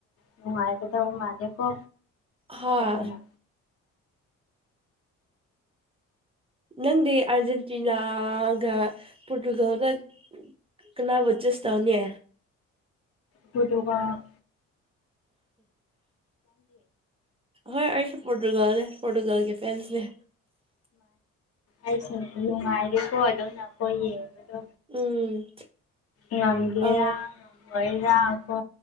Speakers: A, on the left; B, on the right.
A: ꯅꯨꯡꯉꯥꯏꯔꯕꯗ ꯃꯥꯅꯦꯀꯣ
B: ꯍꯣꯏ
A: ꯑꯗꯨꯅ
B: ꯅꯪꯗꯤ ꯑꯔꯖꯦꯟꯇꯤꯅꯥꯒ ꯄꯣꯔꯇꯨꯒꯜꯗ ꯀꯅꯥꯕꯨ ꯆꯨꯁ ꯇꯧꯅ
A: ꯄꯨꯇꯨꯒꯟꯒꯢ
B: ꯍꯣꯏ ꯑꯩꯁꯨ ꯄꯣꯔꯇꯨꯒꯜꯅꯦ ꯐꯣꯗꯨꯒꯦꯜꯒꯤ ꯐꯦꯟꯁꯅꯦ
A: ꯑꯩꯁꯦ ꯅꯨꯡꯉꯥꯏꯔꯤꯀꯣ ꯑꯗꯨ ꯅ ꯑꯩꯈꯣꯏ ꯌꯦꯡꯗ
B: ꯎꯝ
A: ꯉꯝꯒꯦꯔꯥ
B: ꯑ
A: ꯉꯝꯃꯣꯏꯔꯥ ꯀꯣ